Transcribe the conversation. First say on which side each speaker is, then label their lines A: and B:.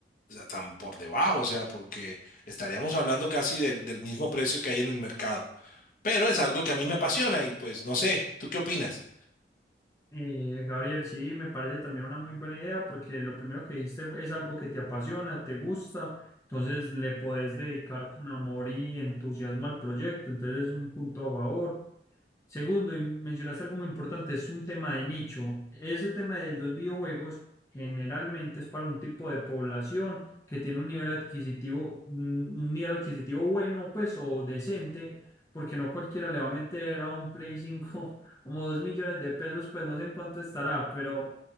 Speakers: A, on the left; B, on the left.
A: o sea, tan por debajo, o sea, porque estaríamos hablando casi del, del mismo precio que hay en el mercado pero es algo que a mí me apasiona y pues no sé, ¿tú qué opinas?
B: Eh, Gabriel, sí, me parece también una muy buena idea porque lo primero que dijiste fue- es algo que te apasiona, te gusta, entonces le podés dedicar con amor y entusiasmo al proyecto, entonces es un punto a favor. Segundo, y mencionaste algo muy importante, es un tema de nicho. Ese tema de los videojuegos generalmente es para un tipo de población que tiene un nivel adquisitivo, un un nivel adquisitivo bueno, pues, o decente, porque no cualquiera le va a meter a un Play 5 <laughs> como dos millones de pesos, pues no sé en cuánto estará, pero,